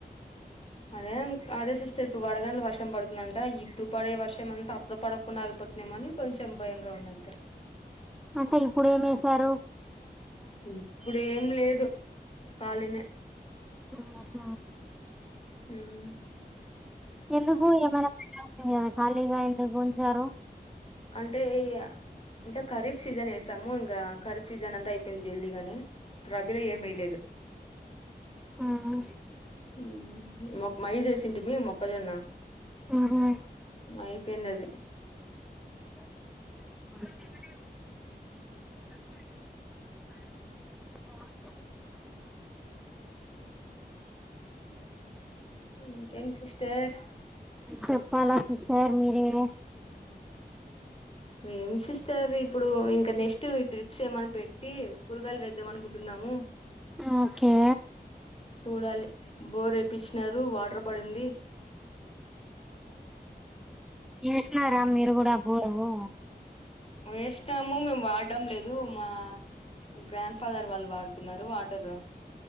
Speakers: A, on the left; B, in the centre.
A: అదే అదే సిస్టర్ ఇప్పుడు వడగండ్ల వర్ష వర్షం పడుతుందంట ఇప్పుడు పడే వర్షం అంతా అప్పుడు పడకుండా ఆయిపోతుందేమోనని కొంచెం భయంగా ఉందంతే
B: అంటే ఇప్పుడు ఏమి ఏసారు
A: ఇప్పుడు ఏం లేదు ఖాళీనే
B: ఔను అక్క
A: మ్మ్
B: ఎందుకు ఏమైనా పెట్టాల్సిందిగ ఖాళీగా ఎందుకు ఉంచారు
A: అంటే ఎయ్యా అంటే ఖరీఫ్ సీజన్ వేసాము ఇంకా ఖరీఫ్ సీజన్ అంతా అయిపోయింది జల్దీగానే <unintelligible> ప్రభిల ఏమి వెయ్యలేదు
B: అవున
A: మ్మ్ ఓక్క మైయ్ వేసింటిమీ మొక్కజొన్న
B: ఉహు
A: మై తిన్నది
B: <inaudible> <unintelligible>
A: ఇంకేం సిస్టర్
B: చెప్పాలా సిస్టర్ మీరే
A: ఏం సిస్టర్ ఇప్పుడు ఇంకా నెక్స్ట్ డ్రిప్స్ ఏమన్నా పెట్టి కూరగాయలు వేమనుకుంటున్నాము
B: ఓకే
A: చూడాలి బోర్ ఏపిచ్చినారు వాటర్ పడింది
B: వేసినారా మీరు కూడా బోరు
A: ఎస్నము మేము వాడ్డం లేదు మా గ్రాండ్ ఫాదర్ వాళ్ళు వాడుతున్నారు వాటర్